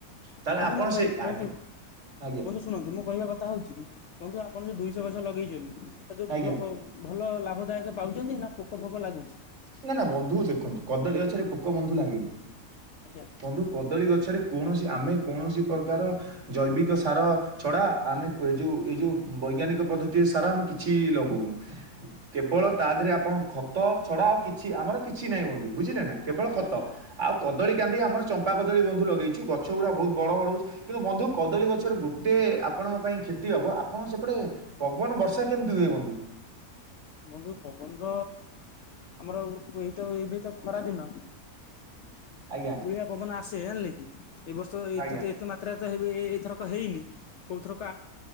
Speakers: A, on the right (about 55°); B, on the left (about 65°).
A: ତାହେଲେ
B: ବନ୍ଧୁ
A: ଆପଣ
B: ମୁଁ କହି
A: ସେଇ
B: ବନ୍ଧୁ
A: ଆଗେ ଆଜ୍ଞା
B: ବନ୍ଧୁ ଶୁଣନ୍ତୁ ମୁଁ କହିବା କଥା ହଉଛି କି ବନ୍ଧୁ ଆପଣ ଯୋଉ ଦୁଇଶହ ଗଛ ଲଗେଇଛନ୍ତି ତା ଭଲ
A: ଆଜ୍ଞା।
B: ଭଲ ଲାଭଦାୟକ ପାଉଛନ୍ତି ନା ଫୋକ ଲାଗୁଛି?
A: ନା ନା ବନ୍ଧୁ ଦେଖନ୍ତୁ କଦଳୀ ଗଛରେ ପୋକ ବନ୍ଧୁ ଲାଗେନି।
B: ଆଜ୍ଞା।
A: ବନ୍ଧୁ କଦଳୀ ଗଛରେ କୌଣସି ଆମେ କୌଣସି ପ୍ରକାର ଜୈବିକ ସାର ଛଡ଼ା ଆମେ ଯେଉଁ ଏଇ ଯେଉଁ ବୈଜ୍ଞାନିକ ପଦ୍ଧତି ସାରା ଆମେ କିଛି ଲଗାଉନୁ କେବଳ ଳ ତା ଦେହରେ ଆପଣ ଖତ ଛଡା ଆଉ କିଛି ଆମର କିଛି ନାହିଁ ବନ୍ଧୁ ବୁଝିଲେ ନା କେବଳ ଖତ
B: ଆଜ୍ଞା
A: ଆଉ କଦଳୀ କାନ୍ଦି ଆମ ଚମ୍ପା କଦଳୀ ବନ୍ଧୁ ଲଗେଇଛୁ ଗଛ ଗୁଡ଼ା ବହୁତ ବଡ଼ ବଡ଼ ହେଉଛି କିନ୍ତୁ ବନ୍ଧୁ କଦଳୀ ଗଛରେ ଗୋଟେ ଆପଣଙ୍କ ପାଇଁ କ୍ଷତି ହବ ଆପଣ ସେପଟେ ପବନ ବର୍ଷା କେମିତି ହୁଏ ବନ୍ଧୁ?
B: ବନ୍ଧୁ ପବନ ତ ଆମର ଏଇତ ଏଇବେ ତ ଖରା ଦିନ
A: ଆଜ୍ଞା
B: ଧୁଳିଆ ପବନ ଆସେ ଜାଣିଲେ କି ଏଇ ବର୍ଷ ଏତେ
A: ଆଜ୍ଞା
B: ତ ଏତେ ମାତ୍ରାରେ ହେ ଏଇଥରକ ହେଇନି କୋଉଥରକ